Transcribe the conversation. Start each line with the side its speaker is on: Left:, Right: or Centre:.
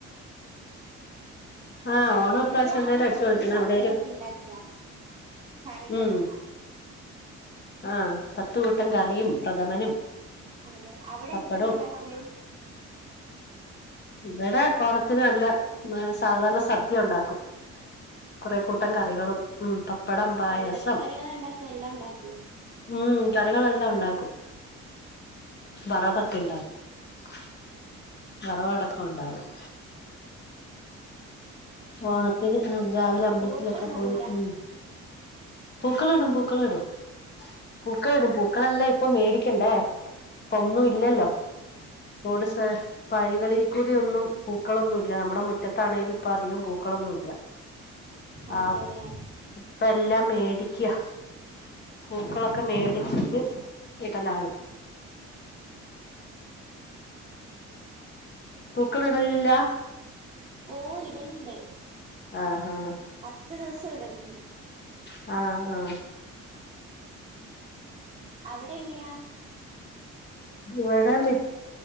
Left: ആഹ് ഓണം
Right: ഓണത്തിനാണല്ലോ
Left: ഇപ്രാവ്ശ്യം എന്തായലും അടിച്ചു
Right: കൂടുതൽ
Left: പൊളിക്കണം
Right: സദ്യകളൊക്കെ
Left: എവിടേലും
Right: ഉണ്ടാക്കുക കറികളും
Left: ഉം ആഹ് പത്ത് കൂട്ടം കറിയും പ്രഥമനും
Right: അതെ, അവിടെന്തൊക്കെയ
Left: പപ്പടവും
Right: ഇണ്ടാക്കല്?
Left: ഇബടെ ഓണത്തിന് നല്ല സാധാരണ സദ്യ ഒണ്ടാക്കും. കൊറെ
Right: അതെല്ലേ
Left: കൂട്ടം കറികളും ഉം പപ്പടം പായസം
Right: എന്തൊക്കെ കറികളാ ഉണ്ടാക്കുക എല്ലാം ഉണ്ടാക്കോ
Left: ഉം കറികളെല്ലാം ഉണ്ടാക്കും. വറവൊക്കെ ഇണ്ടാക്കി <unintelligible> വറവടക്ക ക്കൊണ്ടാവും വോണം ത്തിന്
Right: ആണല്ലേ
Left: ഉം രാവിലെ അമ്പല്ത്തിലൊക്കെ
Right: പൂക്കളൊന്നും
Left: പോയി
Right: ഇടൂല
Left: ഉം. പൂക്കള് ഇടും പൂക്കള് ഇടും പൂക്കള ഇടും പൂക്കളെല്ലാ ഇപ്പൊ മേടിക്കണ്ടേ? ഇപ്പൊന്നും ഇല്ലല്ലോ
Right: ആഹ്
Left: റോഡിനെ
Right: ആഹ്
Left: പാഴിൽകളി. കുടിയൊന്നും പൂക്കളൊന്നുല്ല, നമ്മടെ മുറ്റത്താണെലും ഇപ്പ അധികം പൂക്കളൊന്നുല്ല.
Right: അതെല്ലേ
Left: ആഹ് ഇപ്പ എല്ലാ മേടിക്ക്യാ, പൂക്കളൊക്കെ മേടിച്ചിട്ട് ഇടലാണ്. പൂക്കളിടലില്ല?
Right: ഓ ഇടലുണ്ട്,
Left: ആഹ് ആഹ്
Right: പത്തു ദിവസം ഇടലുണ്ട്.
Left: ആ ആ
Right: അവിടെങ്ങനെയാ?
Left: ഇവിടെ മി